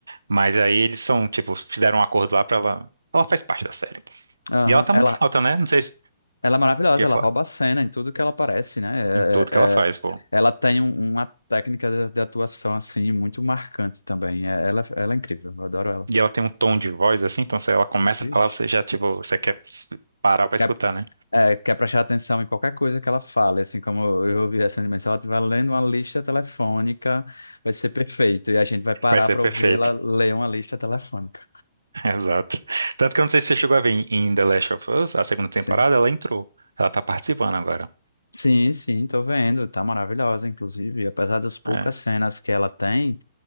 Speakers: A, on the right; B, on the left.
A: mas aí eles são, tipo, fizeram um acordo lá para ela, ela faz parte da série.
B: aham.
A: E ela tá
B: Ela,
A: muito em alta, né? Não sei se
B: Ela é maravilhosa,
A: ia
B: ela
A: falar
B: rouba a cena em tudo que ela aparece, né?
A: em tudo
B: É-
A: que
B: é-
A: ela faz,
B: é-
A: pô.
B: ela tem um- uma técnica de, de atuação, assim, muito marcante também. É- ela, é, ela é incrível, eu adoro ela.
A: E ela tem um tom de voz assim, então se ela começa
B: Vixe.
A: a falar, você já, tipo, você quer parar para escutar,
B: Quer,
A: né?
B: é, quer prestar atenção em qualquer coisa que ela fale, assim, como eu ouvi recentemente, se ela estiver lendo uma lista telefônica, vai ser perfeito. E a gente vai parar
A: Vai ser
B: para
A: perfeito.
B: ouvir ela ler uma lista telefônica.
A: <laughs> Exato. Tanto que eu não sei se você chegou a ver em em The Last of Us, a segunda temporada,
B: Sim.
A: ela entrou. Ela tá participando agora.
B: Sim, sim, tô vendo. Tá maravilhosa, inclusive. Apesar das poucas
A: É.
B: cenas que ela tem,